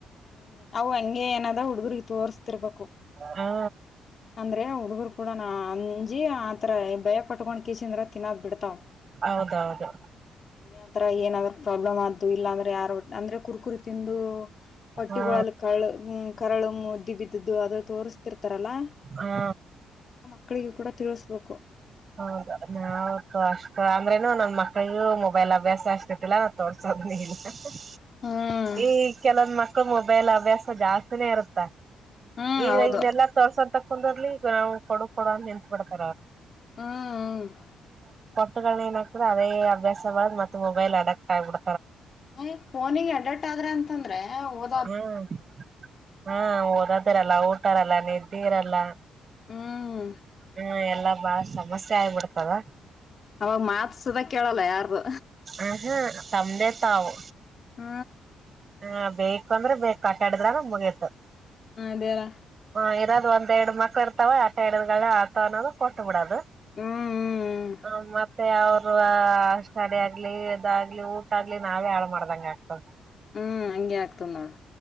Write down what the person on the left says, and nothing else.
ಹ್ಮ್ ಅವು ಹಂಗೆ ಏನಾದ ಹುಡ್ಗರ್ ತೋರ್ಸ್ತಿರ್ಬೇಕು
ಅಂದ್ರೆ ಹುಡುಗರು ಕೂಡ ಅಂಜಿ ಆತರ ಭಯ ಪಟ್ಕೊಂಡ್ <unintelligible> ತಿನ್ನೋದು ಬಿಡ್ತಾವ
ಆತರ ಏನಾದ್ರು ಪ್ರಾಬ್ಲಮ್ ಆದ್ದು ಇಲ್ಲಾಂದ್ರೆ ಯಾರು ಅಂದ್ರೆ ಕುರ್ಕುರು ತಿಂದು ಹೊಟ್ಟೆಗಳಲ್ಲಿ
ಕಳ್ಳು ಕರಳೊಮ್ಮದ್ದು ಬಿದ್ದು ಅದು ತೋರಿಸತಿರ್ತಾರಲ್ಲಾ
ಮಕ್ಕಳಿಗು ಕೂಡ ತಿಳಸ್ಬೇಕು
ಹ್ಮ್
ಹ್ಮ್
ಹೌದು
ಹ್ಮ್ ಹ್ಮ
ನ ಫೋನಿಗ ಅಡಕ್ಟ್ ಆದ್ರೆ ಅಂತಂದ್ರೆ ಓ
ಹ್ಮ್
ಅವಾಗ ಮಾತ್ ಸುದ ಕೇಳಲ್ಲ ಯಾರ್ದು
ಹ್ಮ
ಹ ಅದೇರ
ಹ್ಮ್ ಹ್ಮ್ ಹ್ಮ್
ಹ್ಮ್ ಹಂಗೆ ಆಗ್ತದ ನೋಡು